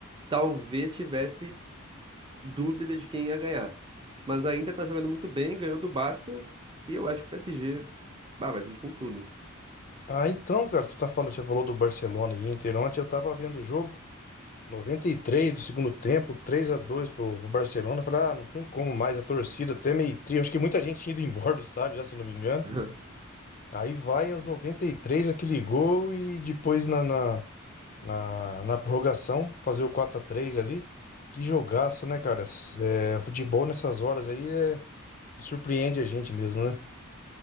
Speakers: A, on the right; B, on the left.
A: talvez tivesse dúvida de quem ia ganhar. Mas a Inter tá jogando muito bem, ganhou do Barça e eu acho que o PSG, bah, vai vir com tudo.
B: Ah, então, cara, você tá falando, você falou do Barcelona e Inter. Ontem eu tava vendo o jogo, 93 do segundo tempo, três a dois pro pro Barcelona. Eu falei, ah, não tem como mais, a torcida até meio triste. Acho que muita gente tinha ido embora do estádio já, se eu não me engano.
A: <laughs>
B: Aí vai aos 93 aquele gol e depois na, na, na, na prorrogação fazer o quatro a três ali. Que jogaço, né, cara? S- É, futebol nessas horas aí é, surpreende a gente mesmo, né?